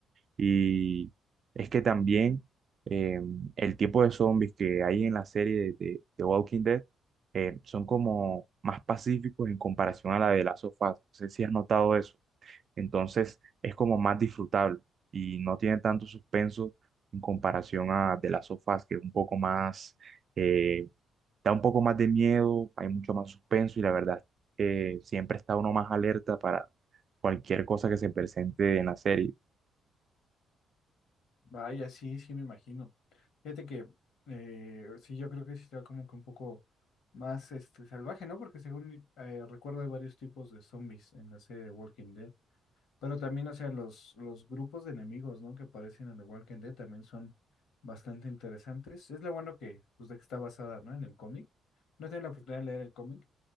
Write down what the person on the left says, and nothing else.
Vaya, sí, sí me imagino. Fíjate que eh, sí, yo creo que sí está como que un poco más este, salvaje, ¿no? Porque según eh, recuerdo hay varios tipos de zombies en la serie de Walking Dead. Pero también, o sea, los, los grupos de enemigos, ¿no? Que aparecen en The Walking Dead también son bastante interesantes. Es lo bueno que, pues, de que está basada, ¿no? En el cómic. No he tenido la oportunidad de leer el cómic,